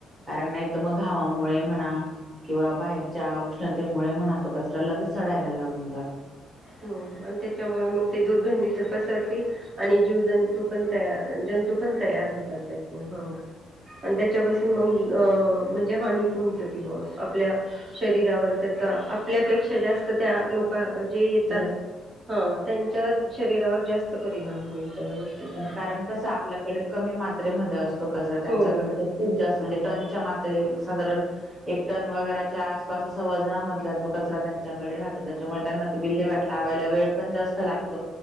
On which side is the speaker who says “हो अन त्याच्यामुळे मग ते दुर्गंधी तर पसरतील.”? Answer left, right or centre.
Right